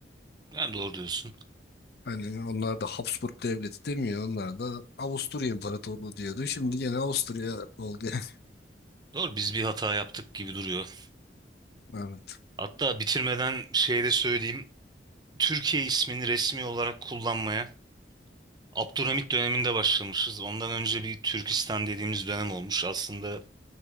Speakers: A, on the right; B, on the left.
A: Yani doğru diyorsun.
B: Hani onlar da Habsburg Devleti demiyor. Onlar da Avusturya İmparatorluğu diyordu. Şimdi gene Avusturya oldu yani.
A: Doğru biz bir hata yaptık gibi duruyor.
B: <laughs> Evet.
A: Hatta bitirmeden şey de söyleyeyim. Türkiye ismini resmi olarak kullanmaya Abdülhamit döneminde başlamışız. Ondan önce bir Türkistan dediğimiz dönem olmuş. Aslında